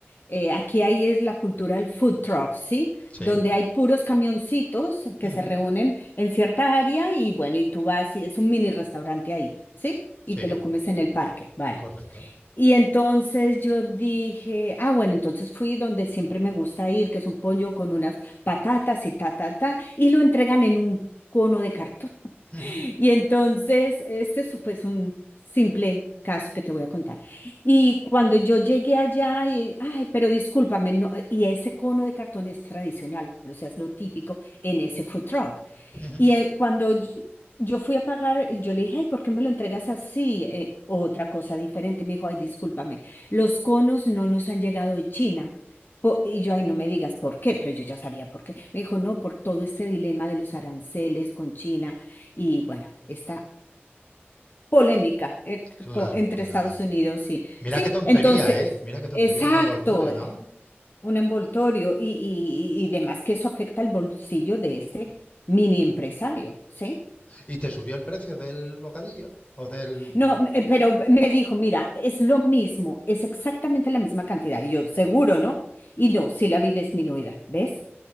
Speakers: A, on the left; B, on the left.
A: eh, aquí ahí es la cultura del food truck, ¿sí?
B: Sí.
A: Donde hay puros camioncitos que
B: Ujú.
A: se reúnen en cierta área y bueno, y tú vas y es un mini restaurante ahí, ¿sí? Y
B: Sí,
A: te lo comes en el parque, ¿vale?
B: correcto.
A: Y entonces yo dije, ah, bueno, entonces fui donde siempre me gusta ir, que es un pollo con unas patatas y ta, ta, ta, y lo entregan en un cono de cartón.
B: Ujú.
A: Y entonces, este es pues un simple caso que te voy a contar. Y cuando yo llegué allá, y, ay, pero discúlpame, no, y ese cono de cartón es tradicional, o sea, es lo típico en ese food truck.
B: Ujú.
A: Y eh, cuando yo, yo fui a pagar, eh, yo le dije, ay, ¿por qué me lo entregas así? Eh, otra cosa diferente. Me dijo, ay, discúlpame, los conos no nos han llegado de China. Po- y yo, ay, no me digas por qué, pero yo ya sabía por qué. Me dijo, no, por todo este dilema de los aranceles con China y bueno, esta polémica eh,
B: Claro,
A: co- entre
B: claro.
A: Estados Unidos y...
B: Mira
A: Sí,
B: qué tontería,
A: entonces,
B: ¿eh? Mira qué tontería,
A: exacto,
B: un envoltorio,
A: eh,
B: ¿no?
A: un envoltorio y, y y- y demás que eso afecta al bolsillo de este mini empresario, ¿sí?
B: ¿Y te subió el precio del bocadillo? ¿O del...?
A: No, eh, pero me dijo, mira, es lo mismo, es exactamente la misma cantidad. Y yo, seguro, ¿no? Y no, sí la vi disminuida, ¿ves?